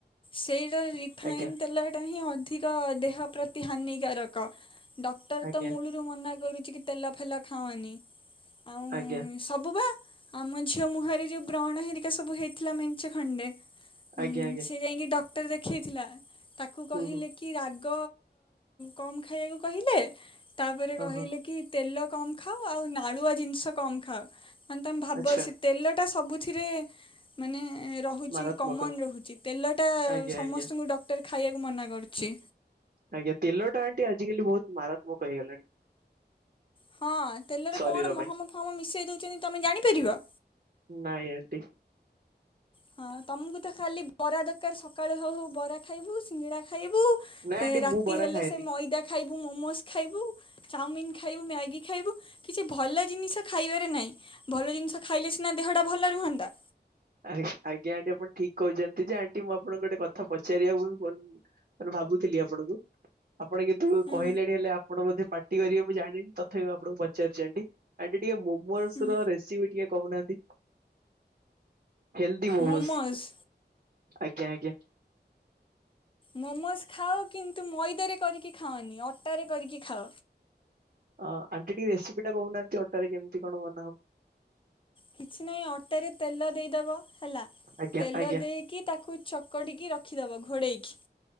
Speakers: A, on the left; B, on the right.
A: ସେଇଟାରେବି? ରିଫାଇନ
B: ଆଜ୍ଞା
A: ତେଲଟାହିଁ ଅଧିକ ଦେହ ପ୍ରତି ହାନିକାରକ ଡକ୍ଟରତ
B: ଆଜ୍ଞା
A: ମୂଳୁ ରୁ ମନା କରୁଛିକି ତେଲ ଫେଲ ଖାଅନି ଆଉ ଉୁଁ
B: ଆଜ୍ଞା
A: ଉୁଁ। ସବୁବା ଆମ ଝିଅ ମୁହଁରେ ଯେଉଁ ବ୍ରଣ ହେରିକା ସବୁ ହେଇଥିଲା ମେଞ୍ଚେ ଖଣ୍ଡେ ହୁଁ
B: ଆଜ୍ଞା ଆଜ୍ଞା
A: ସେ ଯାଇଁକି ଡକ୍ଟର ଦେଖେଇଥିଲା ତାକୁ
B: ହୁଁ
A: କହିଲେ
B: ହୁଁ
A: କିରାଗ କମ ଖାଇବାକୁ କହିଲେ ତାପରେ କହିଲେକି
B: ଓହୋ
A: ତେଲ କମ ଖାଅ ଆଉ ନାଳୁଆ ଜିନିଷ କମ ଖାଅ ମାନେ ତମେ ଭାବ
B: ଆଚ୍ଛା
A: ସେ ତେଲଟା ସବୁ ଏଥିରେ ମାନେ ରହୁଛି
B: ମାରାତ୍ମକ
A: କମନ ରହୁଛି ତେଲଟା
B: ଆଜ୍ଞା
A: ସମସ୍ତଙ୍କୁ
B: ଆଜ୍ଞା
A: ଡ କ୍ଟର ଖାଇବାକୁ ମନା କରୁଛି।
B: ଆଜ୍ଞା ତେଲଟା ଆଣ୍ଟି ଆଜିକାଲି ବହୁତ ମାରାତ୍ମକ ହେଇଗଲାଣି।
A: ହଁ ତେଲରେ
B: ଶରୀର
A: କଣ ମହମ
B: ପାଇଁ।
A: ଫହମ ମିଶେଇ ଦଉଛନ୍ତି ତମେ ଜାଣିପାରିବ।
B: ନାଇଁ ଆଣ୍ଟି।
A: ହଁ ତମକୁତ ଖାଲି ବରା ଦରକାର ସକାଳୁ ହଉ ହଉ ବରା ଖାଇବୁ ସିଙ୍ଗଡା ଖାଇବୁ।
B: ନାଇଁ
A: ହେ
B: ଆଣ୍ଟି
A: ରାତି
B: ମୁଁ ବରା
A: ହେଲେ
B: ଖାଏନି।
A: ସେ ମଇଦା ଖାଇବୁ ମୋମୋସ ଖାଇବୁ। ଚାଓମିିନ ଖାଇବୁ ମ୍ୟାଗି ଖାଇବୁ କିଛି ଭଲ ଜିନିଷ ଖାଇବାରେ ନାହିଁ। ଭଲ ଜିନିଷ ଖାଇଲେ ସିନା ଦେହଟା ଭଲ ରୁହନ୍ତା।
B: ଆ ଆଜ୍ଞା ଆଣ୍ଟି ଆପଣ ଠିକ କହିଛନ୍ତିଯେ ଆଣ୍ଟି ମୁଁ ଆପଣଙ୍କୁ ଗୋଟେ କଥା ପଚାରିବା ପୂର୍ବରୁ ମାନେ ଭାବୁଥିଲି ଆପଣଙ୍କୁ ଆପଣ କେତେ ତୁ
A: ହୁଁ
B: କହିଲେଣି ହେଲେ ଆପଣ ବୋଧେ ପାର୍ଟି କରିବେ ମୁଁ ଜାଣିନି ତଥାପି ଆପଣଙ୍କୁ ପଚାରୁଛି ଆଣ୍ଟି। ଆଣ୍ଟି ଟିକିଏ ମୋମୋସର
A: ହୁଁ
B: ରେସିପି ଟିକିଏ କହୁନାହାନ୍ତି। ହେଲଦି ମୋମୋସ
A: ମୋମୋସ୍
B: ଆଜ୍ଞା ଆଜ୍ଞା
A: ମୋମୋସ ଖାଅ କିନ୍ତୁ ମଇଦାରେ କରିକି ଖାଅନି ଅଟାରେ କରିକି ଖାଅ।
B: ଅ ଆଣ୍ଟି ଟିକିଏ ରେସିପିଟା କହୁନାହାନ୍ତି ଅଟାରେ କେମିତି କଣ ବନାହବ?
A: କିଛି ନାହିଁ ଅଟାରେ ତେଲ ଦେଇଦବ ହେଲା
B: ଆଜ୍ଞା
A: ତେଲ
B: ଆଜ୍ଞା
A: ଦେଇକି ତାକୁ ଚକ କୁଡିକି ରଖିଦବ ଘୋଡେଇକି।